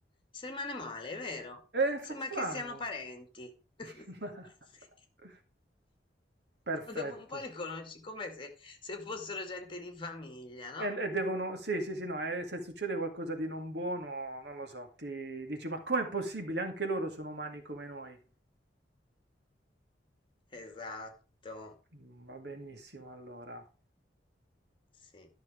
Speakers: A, on the left; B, on the right.
A: Si rimane male, è vero?
B: E
A: Sembra
B: fa strano.
A: che siano parenti. <laughs>
B: <laughs> Perfetto.
A: Ma Dopo un po' li conosci come se, se fossero gente di famiglia, no?
B: E, e devono, sì, sì, sì, no, e se succede qualcosa di non buono, non lo so, ti dici, ma com'è possibile? Anche loro sono umani come noi.
A: Esatto,
B: Mm, Va benissimo, allora.
A: sì.